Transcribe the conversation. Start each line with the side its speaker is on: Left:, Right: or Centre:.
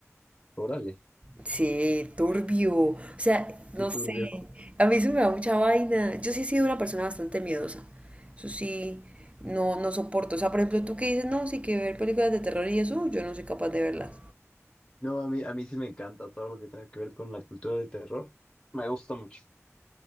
Left: órale,
Right: Sí, turbio. O sea, no
Left: qué turbio.
Right: sé. A mí se me da mucha vaina. Yo sí he sido una persona bastante miedosa. Eso sí, no, no soporto. O sea, por ejemplo, tú que dices, no, sí que ver películas de terror y eso, uh, yo no soy capaz de verlas.
Left: No, a mí, a mí sí me encanta todo lo que tenga que ver con la cultura del terror. Me gusta mucho.